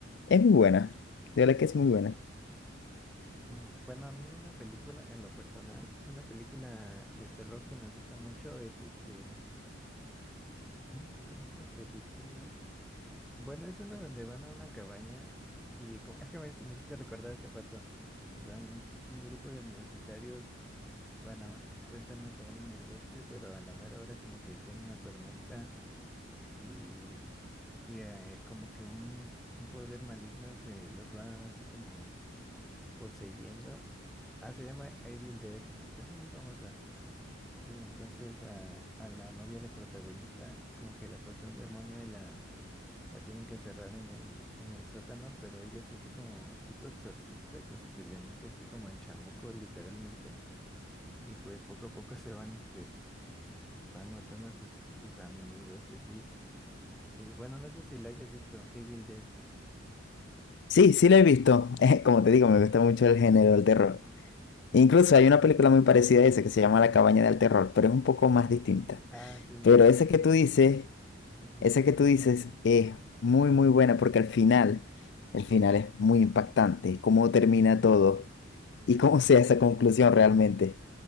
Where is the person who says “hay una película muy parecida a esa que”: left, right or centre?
Left